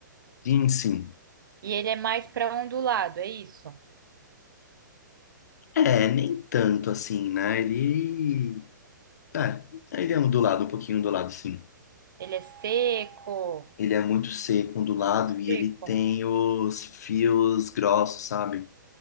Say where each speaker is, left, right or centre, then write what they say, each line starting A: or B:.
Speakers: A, on the left; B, on the right.
A: Sim, sim.
B: E ele é mais para ondulado, é isso?
A: É, nem tanto assim, né? Ele. É, ele é ondulado, um pouquinho ondulado, sim.
B: Ele é seco,
A: Ele é muito seco, ondulado
B: muito
A: e
B: seco.
A: ele tem os fios grossos, sabe?